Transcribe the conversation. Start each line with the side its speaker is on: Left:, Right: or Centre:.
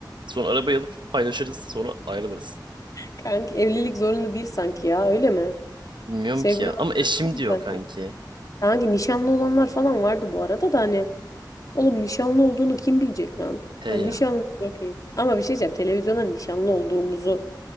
Right: Sonra arabayı alıp paylaşırız sonra ayrılırız.
Left: Kanki evlilik zorunda değil sanki ya öyle mi?
Right: Bilmiyorum
Left: Sevgili
Right: ki ya ama eşim
Left: olmaz mı
Right: diyor
Left: sanki?
Right: kanki.
Left: Kanki nişanlı olanlar falan vardı bu arada da hani oğlum nişanlı olduğunu kim bilecek lan?
Right: He
Left: Hani
Right: ya.
Left: nişanlı okey. Ama bir şey diyeceğim televizyona nişanlı olduğumuzu